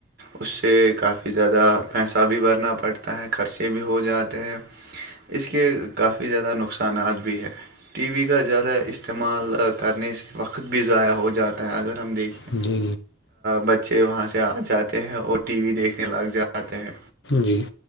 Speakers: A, on the right; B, on the left.
A: اس سے کافی زیادہ پیسہ بھی بھرنا پڑتا ہے خرچے بھی ہو جاتے ہیں اس کے کافی زیادہ نقصانات بھی ہے ٹی وی کا زیادہ استعمال کرنے سے وقت بھی ضائع ہو جاتا ہے اگر ہم دیکھیں
B: جی جی
A: بچے وہاں سے آ جاتے ہیں اور ٹی وی دیکھنے لگ جاتے ہیں
B: جی